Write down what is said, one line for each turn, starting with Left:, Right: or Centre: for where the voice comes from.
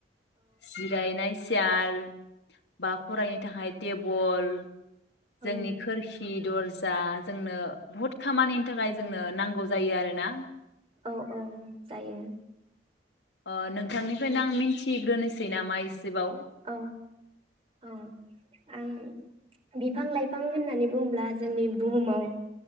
Left: जिरायनाय सियार <unintelligible> बा फरायनो थाखाय टेबल जोंनि
Right: औ
Left: खोरखि दरज दा जोंनो बहुद खामानिनि थाखाय जोंनो नांगौ जायो आरोना।
Right: औ औ जायो
Left: अ नों थांनिफ्रायनो
Right: औ
Left: आं मिथिग्रोनोस थै नामा इसेबाव?
Right: औ औ आं बिफां लाइफां होननानै बुङोब्ला जोंनि बुहुमाव